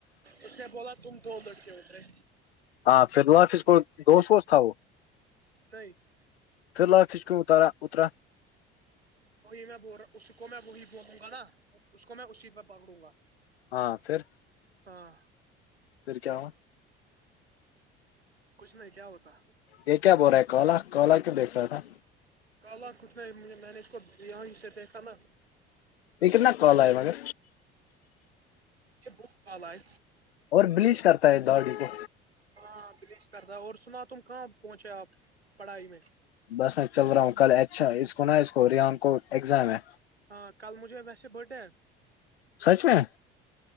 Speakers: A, on the right; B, on the left.
A: اس نے بولا تم دو لٹکے اترے
B: ہاں ف ال وہاف اس کو دوش ووش تھا وہ
A: سئی
B: فی الحال پسکن اتار اترا
A: وہ یہ میں بول رہ ہوں اس کو میں وہی بولوں گا نا اس کو میں اسی پہ پکڑوں گا
B: ہاں سر
A: ہاں
B: پھر کیا ہووں
A: کچھ نہیں کیا ہوتا
B: یہ کیا بول رہا ہے کولا کولا کیوں دیکھ رہا تھا
A: کالا کچھ نہیں مجھے میں نے اس کو یہیں سے دیکھا نا
B: یہ کتنا کال آ ہے مگر
A: یہ بہت کالا ہے
B: اور بلیچ کرتا ہے داڑی کو
A: ہاں بلیچ کرتا اور سنا تم کہاں پہنچے آپ پڑھائی میں
B: بس میں چل رہا ہوں کل اچھا اس کو نا اس کو ریان کو ایگزام ہے
A: ہاں کل مجھے ویسے برتھ ڈے ہے
B: سچ میں